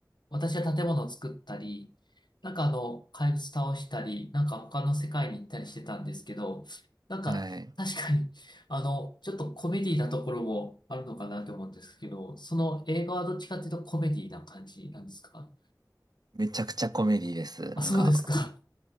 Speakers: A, on the left; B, on the right.
A: 私は建物を作ったり、なんかあの、怪物倒したり、なんか他の世界に行ったりしてたんですけど、なんか、
B: はい。
A: 確かに、あの、ちょっとコメディなところもあるのかなと思うんですけど、その映画はどっちかっていうとコメディな感じなんですか
B: めちゃくちゃコメディです。
A: あ、
B: なんか、
A: そうですか。